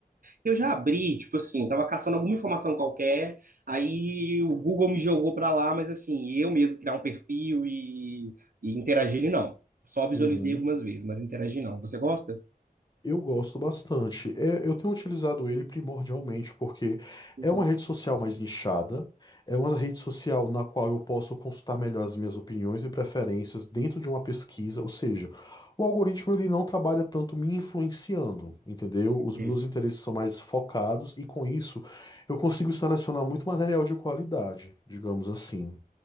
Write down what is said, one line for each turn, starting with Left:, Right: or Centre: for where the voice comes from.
Right: Eu já abri, tipo assim, tava caçando alguma informação qualquer, aí o Google me jogou pra lá, mas assim, eu mesmo criar um perfil e, e interagir ele não. Só visualizei
Left: Uhum.
Right: algumas vezes, mas interagir não. Você gosta?
Left: Eu gosto bastante. É, eu tenho utilizado ele primordialmente porque
Right: Uhum.
Left: é uma rede social mais nichada, é uma rede social na qual eu posso consultar melhor as minhas opiniões e preferências dentro de uma pesquisa, ou seja, o algoritmo ele não trabalha tanto me influenciando, entendeu? Os
Right: E,
Left: meus interesses são mais focados e com isso eu consigo selecionar muito material de qualidade, digamos assim.